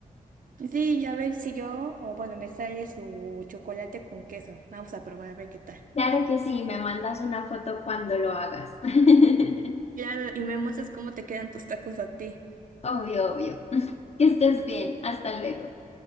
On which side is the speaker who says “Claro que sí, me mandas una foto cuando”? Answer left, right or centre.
Left